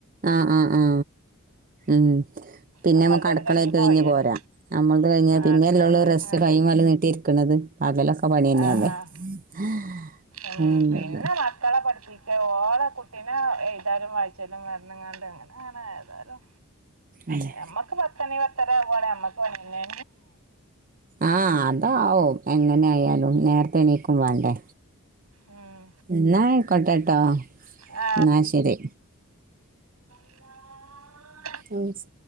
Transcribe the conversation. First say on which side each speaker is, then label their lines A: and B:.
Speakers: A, on the right; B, on the right.
A: ആ ആഹ് ആ ഉം പിന്നെ
B: നമ്മളതത്
A: നമുക്ക് അടുക്കളായിട്ട് കഴിഞ്ഞ്
B: പോയാല്
A: പോരാം നമ്മൾത് കഴിഞ്ഞ
B: ആ
A: പിന്നെ
B: അടുക്കളേത്തെ
A: എല്ല റെസ്റ്റ്
B: അങ്ങനെ
A: കഴി
B: തന്നെ
A: മല നീട്ടി ഇരിക്കണത് പകലൊക്കെ പണി തന്നെയല്ലേല്ലത്
B: ആഹ് ആഹ് ഉം പിന്നെ മക്കളെ പഠിപ്പിക്ക ഓടെ കുട്ടീനെ ഏതാലും വായിച്ചാലും മരണംങ്ങാണ്ട് അങ്ങനെ അങ്ങനെ ഏതായാലും
A: അതെ
B: നമ്മക്ക് പത്തണി പ ഇത്ര പോളെ അമ്മക്ക് വന്നെ
A: ആ അതാവും എങ്ങനെ ആയാലും നേരത്തെ എണീക്കും വേണ്ടേ
B: ഉം
A: എന്ന കൊട്ടാട്ടോ
B: ആ
A: എന്നാ ശരി
B: വാ
A: ഓ സ